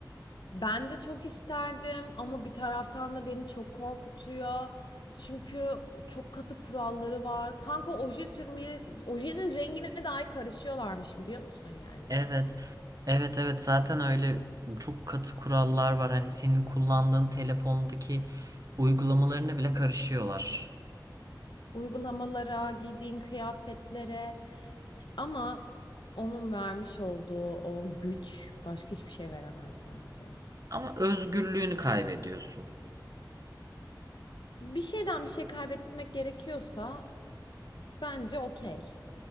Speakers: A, on the left; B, on the right.
A: Ben de çok isterdim ama bir taraftan da beni çok korkutuyor. Çünkü çok katı kuralları var. Kanka oje sürmeye, ojenin rengine dahi karışıyorlarmış biliyor musun yani
B: Evet.
A: ya?
B: Evet evet zaten öyle çok katı kurallar var. Hani senin kullandığın telefondaki uygulamalarına bile karışıyorlar.
A: Uygulamalara, giydiğin kıyafetlere ama onun vermiş olduğu o güç başka hiçbir şey veremez bence.
B: Ama özgürlüğünü kaybediyorsun.
A: Bir şeyden bir şey kaybetmek gerekiyorsa bence okey.